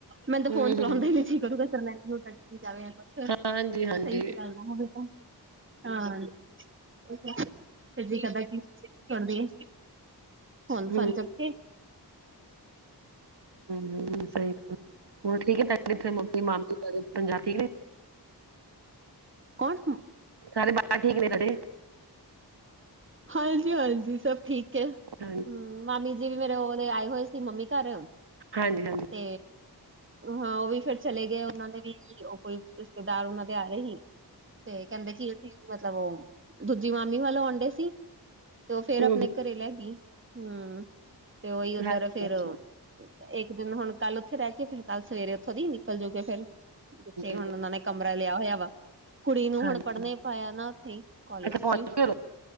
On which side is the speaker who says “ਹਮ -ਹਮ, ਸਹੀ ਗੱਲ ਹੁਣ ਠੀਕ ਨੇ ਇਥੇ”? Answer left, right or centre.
Right